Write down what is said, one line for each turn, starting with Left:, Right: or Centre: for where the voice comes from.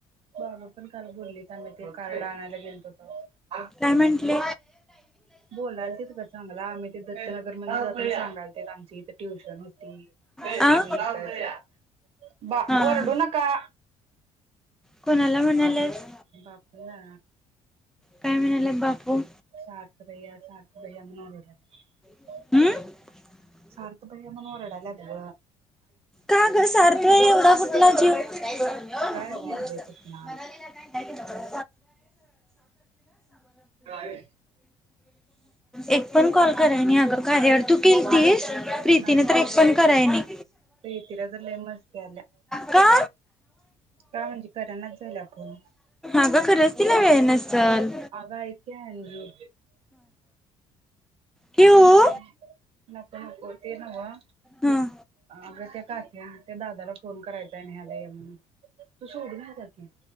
Right: बाबा पण काल बोललीत आम्ही ते कार्ड आणायला गेलत <unintelligible>
Centre: काय म्हंटले
Right: बोलालतीत बा चांगल आम्ही ते दत्तनगर म सांगाल आमची इथे ट्युशन होती
Centre: आ
Right: आम्ही इथ बा
Centre: हा
Right: वरडू नका
Centre: कोणाला म्हणाल्यास
Right: बापला
Centre: काय म्हणाल्यात बापू
Right: सार्थ भयया सार्थ भया म्हणू ओरडल्यात
Centre: हम्म
Right: सारथ भैया म्हणू वरडाल्यात ग
Centre: का ग सारतो एवढा कुठला जीव <unintelligible> <unintelligible>
Right: काय माहित बाई कुठनं
Centre: <unintelligible> ठीकाय
Right: आलाय
Centre: एक पण कॉल करा आणि अगर काय हर तू केलतीस प्रीतीने
Right: नाही
Centre: तर एक पण कराय नाही
Right: प्रीतीला तर लय मस्ती आल्या
Centre: का
Right: का म्हणजे करनाच झाल्या फोन
Centre: अग खर्च तिला वेळ नसलं
Right: अग आईक कि अंजु
Centre: ठेवू
Right: हम् नको नको ते न्हवं
Centre: हा
Right: अग त्या ते दादाला फोन करायचा आहे न्ह्यायला ये म्हणून तू सोडून ये जा कि